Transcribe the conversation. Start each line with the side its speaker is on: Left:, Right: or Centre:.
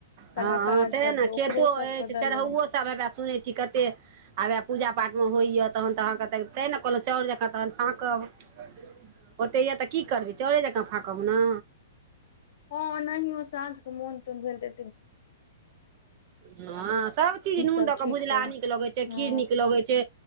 Left: कलाकार
Right: हँ तेह
Left: सब
Right: ने
Left: तऽ ओकरो
Right: खेतो
Left: सबके
Right: अछि
Left: देलहुँ
Right: चढ़ौओसभ हेवए सुनैत छी कतेक आबे पूजा पाठ मे होइए तहन तऽ अहाँकेँ तऽ ते ने कहलहुँ चाउर जँकाँ तहन फाँकब ओतैय तऽ की करबै चाउरे जँकाँ फाकब न
Left: हँ ओनाहियो साँझ क मोन तोन भेल तै
Right: हँ सब चीज नून
Left: सब
Right: दऽ
Left: छीट
Right: क भुजला
Left: कऽ
Right: नीक लगैत छै
Left: हँ
Right: खीर नीक लगै होइ छै